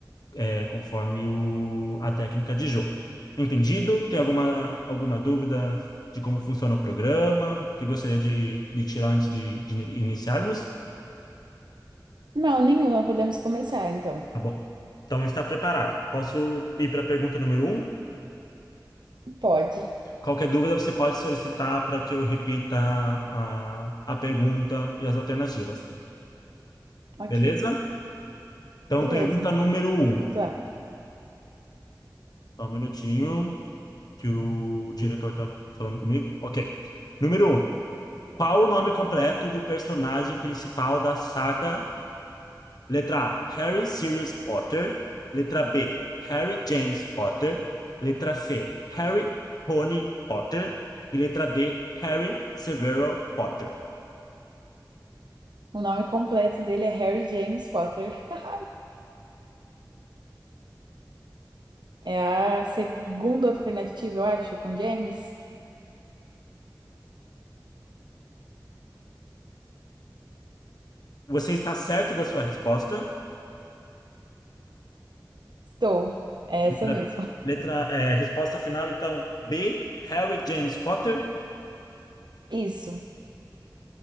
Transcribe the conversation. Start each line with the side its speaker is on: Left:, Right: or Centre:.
Left: é, conforme o, a técnica de jogo. Entendido? Tem alguma, alguma dúvida de como funciona o programa que gostaria de, de tirar antes de, de iniciarmos?
Right: Não, nenhuma. Podemos começar, então.
Left: Tá bom. Então está preparado. Posso ir para a pergunta número um?
Right: Pode.
Left: Qualquer dúvida você pode solicitar para que eu repita a, a pergunta e as alternativas.
Right: Ok.
Left: Beleza? Então,
Right: Beleza.
Left: pergunta número um.
Right: Vamos lá.
Left: Só um minutinho que o diretor está falando comigo. Ok. Número um. Qual o nome completo do personagem principal da saga? Letra A, Harry Sirius Potter. Letra B, Harry James Potter. Letra C, Harry Rony Potter. E letra D, Harry Severo Potter.
Right: O nome completo dele é Harry James Potter. <laughs> É a segunda alternativa, eu acho, com James.
Left: Você está certo da sua resposta?
Right: Estou. É
Left: Letra,
Right: essa mesmo.
Left: letra, é, resposta final, então, B, Harry James Potter.
Right: Isso.